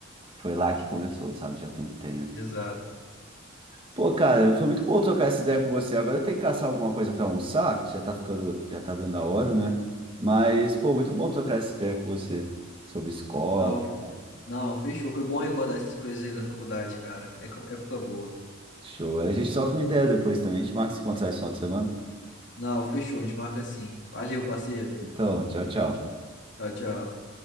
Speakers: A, on the right (about 25°); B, on the left (about 60°).
A: foi lá que começou, sabe? Já tem um tempo.
B: Exato.
A: Pô, cara, foi muito bom trocar essa ideia com você. Agora eu tenho que caçar alguma coisa para almoçar, que já tá ficando, já tá dando a hora, né? Mas, pô, muito bom trocar essa ideia com você sobre escola
B: Não,
A: e tal.
B: Não, fechou. Foi bom recordar essas coisas aí da faculdade, cara. É co- época boa.
A: Show. A gente troca uma ideia depois também. A gente marca esse contato esse final de semana.
B: Não, fechou. A gente marca assim. Valeu, parceiro.
A: Então, tchau, tchau.
B: Tchau, tchau.